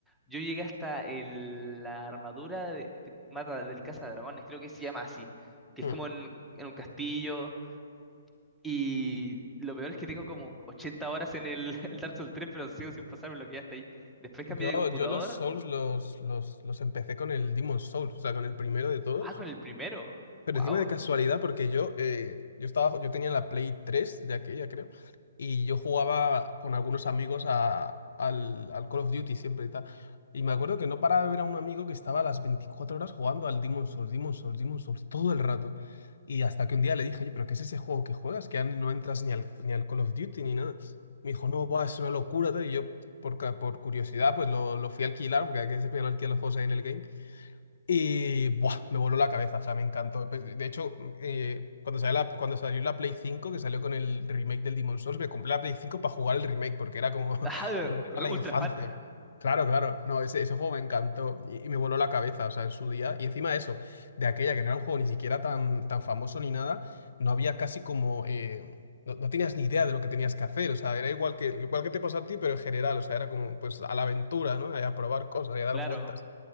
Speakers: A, in the centre; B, on the left (about 70°).
A: Yo llegué hasta el- la armadura de, de- mata del Casa Dragones, creo que se llama así, que
B: Mm.
A: es como en, en un castillo y lo peor es que tengo como 80 horas en el, <laughs> el Dark Souls tres pero sigo sin pasarme lo que ya está ahí. Después
B: Yo,
A: cambié de computador,
B: yo los Souls los, los, los empecé con el Demon Souls, o sea, con el primero de todos.
A: ah, con el primero.
B: Pero
A: Wow.
B: encima de casualidad, porque yo, eh, yo estaba, yo tenía la Play tres de aquella, creo, y yo jugaba con algunos amigos a- al, al Call of Duty siempre y tal. Y me acuerdo que no paraba de ver a un amigo que estaba a las 24 horas jugando al Demon's Souls, Demon's Souls, Demon's Souls, todo el rato. Y hasta que un día le dije, oye, pero ¿qué es ese juego que juegas? Que ya ni- no entras ni al, ni al Call of Duty ni nada. Me dijo, no, buah, es una locura, tal. Y yo, por, ca- por curiosidad, pues lo, lo fui a alquilar, porque aquí se podían alquilar los juegos ahí en el game. Y buah, me voló la cabeza, o sea, me encantó. Pues, De hecho, eh, cuando salió la, cuando salió la Play cinco que salió con el remake del Demon's Souls, me compré la Play cinco para jugar el remake, porque era como <laughs>
A: <laughs> Ajá,
B: volver a la
A: ultra
B: infancia.
A: fan.
B: Claro, claro, no, ese, ese juego me encantó y, y me voló la cabeza, o sea, en su día. Y encima de eso, de aquella que no era un juego ni siquiera tan, tan famoso ni nada, no había casi como... eh, no, no tenías ni idea de lo que tenías que hacer, o sea, era igual que, igual que te pasó a ti, pero en general, o sea, era como pues a la aventura, ¿no? A probar cosas, a dar
A: Claro.
B: vueltas.